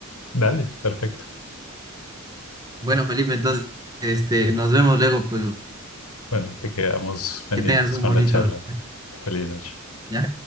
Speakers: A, on the left; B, on the right.
A: Dale, perfecto.
B: Bueno, Felipe, entonces, este, nos vemos luego, pues,
A: Bueno, te quedamos pendientes
B: que tengas un
A: con
B: bonito,
A: la charla. Feliz noche.
B: ¿ya?